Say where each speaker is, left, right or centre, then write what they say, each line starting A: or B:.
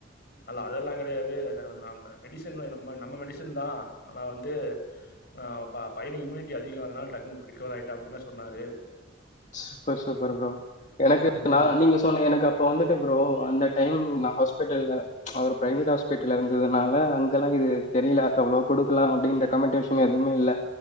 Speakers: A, on the left (about 60°); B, on the left (about 40°).
A: அல்ல அதெல்லா கெடையாது நம் ம ம் அ மெடிசின் நம் நம்ம மெடிஸ் வச்சிர்ந்தா ஆனா வந்து ஆ ப பையனுக்கு இம்யூனிட்டி அதிகோ அதுனால டக்குனு குறிக்கோள் ஆயிட்டா அப்டியுமே சொன்னாரு
B: சூப்பர் சூப்பர் ப்ரோ எனக்கு
A: அதுல
B: நா நீங்க போனே எனக்கு அப்ப வந்துட்டு ப்ரோ அந்த டைம் நா ஹாஸ்பிட்டல்ல அவரு ப்ரைவேட் ஹாஸ் வீட்டுல இருந்ததுனால அங்கெல்லா இது தெரில எவ்ளோ குடுக்கலா அப்டின்ற கமெண்டேஷன் எதுமே இல்ல